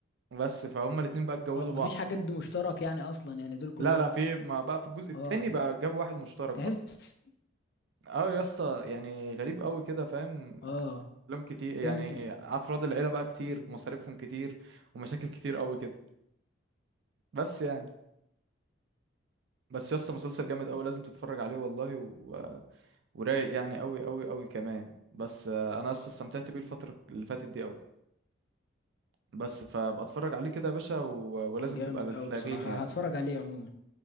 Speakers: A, on the right (about 60°); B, on the left (about 50°).
A: بس فهم الاتنين بقى اتجوزوا
B: اه مفيش
A: بعض
B: حاجه مشترك يعني اصلا يعني دول كلهم
A: لا لا في ما بقى في الجزء التاني
B: اه
A: بقى جابوا واحد مشترك
B: تحس
A: بقى اه يا اسطى يعني غريب قوي كده فاهم
B: اه
A: أفلام كتير
B: فهمت
A: يعني أفراد العيلة بقى كتير ومصاريفهم كتير ومشاكل كتير قوي كده بس يعني بس يا اسطى مسلسل جامد قوي لازم تتفرج عليه والله و... ورايق يعني قوي قوي قوي كمان بس آه، انا يا اسطى استمتعت بيه الفترة اللي فاتت دي قوي بس فبتفرج عليه كده يا باشا و... ولازم
B: جامد
A: تبقى
B: أوي
A: تلاغيني
B: بصراحة
A: يعني
B: هتفرج عليه عموما